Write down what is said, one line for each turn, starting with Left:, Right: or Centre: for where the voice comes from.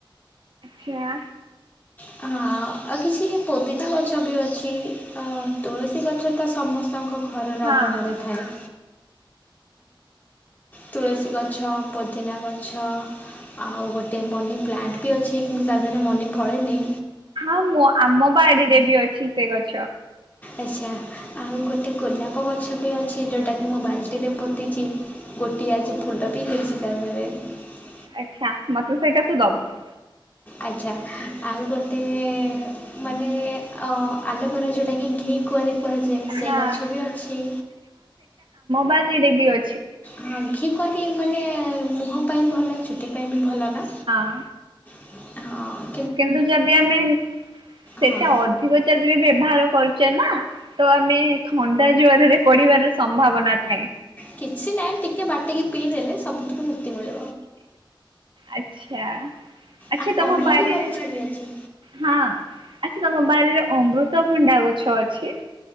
Right: ସେଆ
Left: ହଁ। ଆଉ କିଛି ପୋଦିନା ଗଛ ବି ଅଛି ତୁଳସୀ ଗଛ ତ ସମସ୍ତଙ୍କ ଘରର
Right: ହଁ।
Left: ଅ ଅଗଣାରେ ଥାଏ। ତୁଳସୀ ଗଛ, ପୋଦିନା ଗଛ, ଆଉ ଗୋଟେ ମନି ପ୍ଲାଣ୍ଟ୍ ବି ଅଛି, କି ତା ଦେହରେ ମନି ଫଳେଇ ନିି।
Right: ମଁ ଆମ ବାଡିରେ ବି ଅଛି ସେ ଗଛ।
Left: ଆଛା ଆଉ ଗୋଟେ ଗୋଲାପ ଗଛ, ବି ଅଛି ଯେଉଟା କିି ମୁଁ ବାଲ୍ଟି ରେ ପୋତିଛି ଗୋଟିଏ ଆଜି ଫୁଲ ବି ହେଇଛି। <unintelligible>
Right: ଆଛା ମାତେ ସେଇଟା ତୁ ଦବୁ।
Left: ଆଛା, ଆଉ ଗୋଟେ ମାନେ ଅ ଆଲୁଭରା ଯେଉଁଟାକି ଘି କୁଆଁରି କୁହାଯାଏ,
Right: ହଁ
Left: ସେ ଗଛ ବି ଅଛି।
Right: ବାରି ରେ ବି ଅ
Left: ହଁ ଘି କୁଆଁରି ମାନେ ମୁହଁ ପାଇଁ ଭଲ ଚୁଟି ପାଇଁ ବି ଭଲ ନା?
Right: ଆଁ।
Left: ହଁ।
Right: କିନ୍ତୁ ଯଦି ଆମେ ସେଇଟା
Left: ହଁ।
Right: ଅଧିକ ଯଦି ବି ବ୍ୟବହାର କରଛେ ନା ତ ଆମେ ଥଣ୍ଡା ଜରେ ପଢିବାର ସମ୍ଭାବନା ଥାଏ।
Left: କିଛି ନାହିଁ ଟିକେ ବାଟିକି ପିଇଦେଲେ ସବୁଥିରୁ ମୁକ୍ତିମିଳେ।
Right: ଆଛା। ଆଛା
Left: ଆ
Right: ତମ
Left: କନିଆରୀ
Right: ବାରରେ
Left: ଗଛ ବି ଅଛି।
Right: ହଁ ଆଛା ତମ ବାରିର ଅମୃତଭଣ୍ଡା ଗଛ ଅଛି।